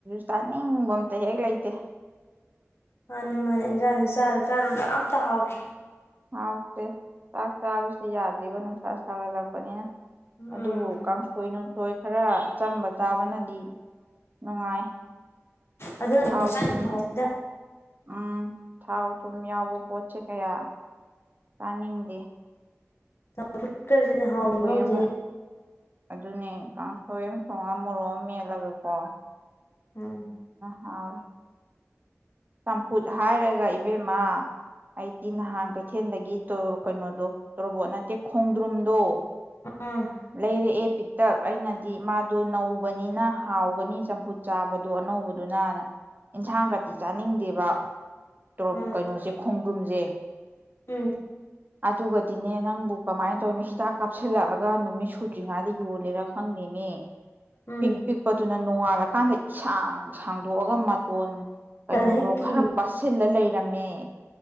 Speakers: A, on the right; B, on the left.
A: ꯆꯥꯅꯤꯡꯕ ꯑꯝꯇ ꯍꯦꯛ ꯂꯩꯇꯦ
B: ꯃꯥꯅꯤ ꯃꯥꯅꯤ ꯏꯟꯖꯥꯅꯤ ꯆꯥꯔꯣ ꯆꯥꯔ ꯌꯥꯝ ꯑꯇ ꯍꯥꯎꯗ꯭ꯔꯦ
A: ꯍꯥꯎꯇꯦ ꯆꯥꯛ ꯆꯥꯁꯨ ꯌꯥꯗ꯭ꯕ ꯅꯨꯡꯁꯥ ꯁꯥꯒꯠꯂꯛꯄꯅꯤꯅ ꯑꯗꯨꯕꯨ
B: ꯎꯝ
A: ꯀꯥꯡꯁꯣꯏ ꯅꯨꯡꯁꯣꯏ ꯈꯔ ꯑꯆꯝꯕ ꯆꯥꯕꯅꯗꯤ ꯅꯨꯡꯉꯥꯏ
B: ꯑꯗꯨꯅ
A: ꯊꯥꯎ
B: ꯍꯛꯆꯥꯡ
A: ꯊꯨꯝ
B: ꯅꯨꯡꯉꯥꯏꯗ
A: ꯎꯝ ꯊꯥꯎ ꯊꯨꯝ ꯌꯥꯎꯕ ꯄꯠ ꯆꯩ ꯀꯌꯥ ꯇꯥꯅꯤꯗꯤꯦ
B: ꯑꯐꯨꯠꯀꯁꯤꯅ ꯍꯥꯎꯁꯤ ꯍꯥꯎꯁꯦ
A: ꯑꯃ ꯑꯗꯨꯅꯦ ꯀꯥꯡꯁꯣꯏ ꯑꯃ ꯊꯣꯡꯉꯒ ꯃꯣꯔꯣꯛ ꯑꯃ ꯃꯦꯜꯂꯒꯀꯣ
B: ꯎꯝ
A: ꯍꯥꯎ ꯆꯝꯐꯨꯠ ꯍꯥꯏꯔꯒ ꯏꯕꯦꯝꯃ ꯑꯩꯗꯤ ꯅꯍꯥꯟ ꯀꯩꯊꯦꯜꯗꯒꯤ ꯀꯩꯅꯣꯗꯣ ꯇꯣꯔꯣꯕꯣꯠ ꯅꯠꯇꯦ ꯈꯣꯡꯗ꯭ꯔꯨꯝꯗꯣ
B: ꯎꯝ
A: ꯂꯩ ꯂꯩ ꯄꯤꯛꯇꯛ ꯑꯩꯅꯗꯤ ꯃꯥꯗꯣ ꯅꯧ ꯅ ꯍꯒꯅꯤ ꯆꯝꯐꯨꯠ ꯆꯥꯕ ꯑꯗꯨꯣ ꯑꯅꯧꯕꯗꯨꯅ ꯌꯦꯟꯁꯥꯡ ꯀꯇꯤ ꯆꯥꯅꯤꯡ ꯗꯦꯕ ꯣ
B: ꯎꯝ
A: ꯀꯩꯅꯣꯁꯦ ꯈꯣꯡ ꯨꯝꯖꯦ
B: ꯎꯝ
A: ꯑꯗꯨꯒꯗꯤꯅꯦ ꯅꯪꯕꯨ ꯀꯃꯥꯏꯅ ꯇꯧꯅꯤꯣ ꯍꯤꯗꯥꯛ ꯀꯥꯞꯁꯤꯜꯂꯛꯑꯒ ꯅꯨꯃꯤꯠ ꯁꯨꯗ꯭ꯔꯤꯉꯩꯗ ꯌꯣꯜꯂꯦꯔ ꯈꯪꯗꯦꯅꯦ
B: ꯎꯝ
A: ꯄꯤꯛ ꯄꯤꯛꯄꯗꯨꯅ ꯅꯣꯡꯉꯥꯜꯂꯀꯥꯟꯗ ꯏꯁꯥꯡ ꯁꯥꯡꯗꯣꯛꯑꯒ ꯐꯣꯟ ꯀꯩꯅꯣꯗꯣ
B: ꯇꯜꯂꯦꯍꯦ ꯀꯤ
A: ꯈꯔ ꯄꯁꯤ ꯂ ꯂꯩꯔꯝꯃꯦ